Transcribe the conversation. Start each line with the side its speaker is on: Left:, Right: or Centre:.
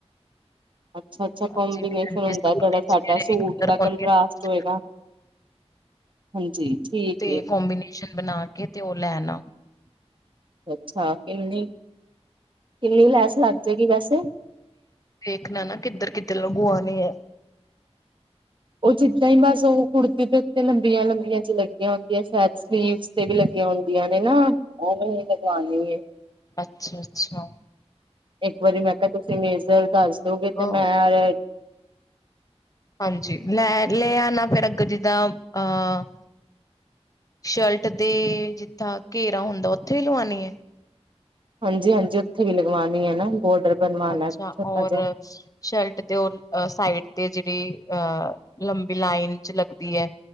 Left: <unintelligible>
Right: ਅੱਛਾ ਅੱਛਾ ਕੋਂਬੀਨੇਸ਼ਨ ਹੁੰਦਾ ਜਿਹੜਾ ਸਾਡਾ ਸੂਟ ਦਾ ਕੰਟਰਾਸਟ ਹੋਏਗਾ ਹਾਂਜੀ ਠੀਕ।
Left: ਤੇ
Right: ਏ
Left: ਕੰਬੀਨੇਸ਼ਨ ਬਣਾ ਕੇ ਤੇ ਉਹ ਲੈਣਾ।
Right: ਅੱਛਾ - ਅੱਛਾ ਕਿੰਨੀ, ਕਿੰਨੀ ਲੈਸ ਲੱਗ ਜੇ ਗੀ ਵੈਸੇ।
Left: ਦੇਖਣਾ ਨਾ ਕਿੱਧਰ ਕਿੱਧਰ ਲਗਵਾਣੀ ਐ।
Right: ਉਹ ਜਿੱਦਾਂ ਹੀ ਬਸ ਉਹ ਕੁੜਤੇ ਦੇ ਉੱਤੇ ਲੰਬੀਆਂ - ਲੰਬੀਆਂ ਜਿ ਲੱਗੀਆਂ ਹੁੰਦੀਆਂ ਸ਼ਾਇਦ <unintelligible> ਤੇ ਵੀ ਲੱਗੀਆਂ ਹੁੰਦੀਆਂ ਨੇ ਨਾ ਉਹ ਵਾਲੀ ਲਗਵਾਣੀ ਐ।
Left: ਅੱਛਾ-ਅੱਛਾ
Right: ਇੱਕ ਵਾਰੀ ਮੈਂ ਕਿਹਾ ਤੁਸੀਂ ਮੇਜਰ ਦੱਸ- ਦੋਗੇ
Left: ਦੋ।
Right: ਤੇ ਮੈਂ <inaudible>
Left: ਹਾਂਜੀ ਲੈ ਲੈ ਆ ਨਾ ਫਿਰ ਅੱਗਰ ਜਿੱਦਾਂ ਅਹ‌ ਸ਼ਰਟ ਦੇ ਜਿੱਥਾਂ ਘੇਰਾ ਹੁੰਦਾ ਉੱਥੇ ਵੀ ਲਵਾਉਣੀ ਐ।
Right: ਹਾਂਜੀ-ਹਾਂਜੀ ਉੱਥੇ ਵੀ ਲਗਵਾਉਣੀ ਹੈ ਨਾ ਬੋਰਡਰ ਬਣਵਾਉਣਾ
Left: ਅੱਛਾ
Right: ਛੋਟਾ
Left: ਔਰ
Right: ਜਿਹਾ
Left: ਸ਼ਰਟ ਤੇ ਉਹ ਸਾਈਡ ਤੇ ਜਿਹੜੀ ਅਹ ਲੰਬੀ ਲਾਈਨ 'ਚ' ਲੱਗਦੀ ਐ।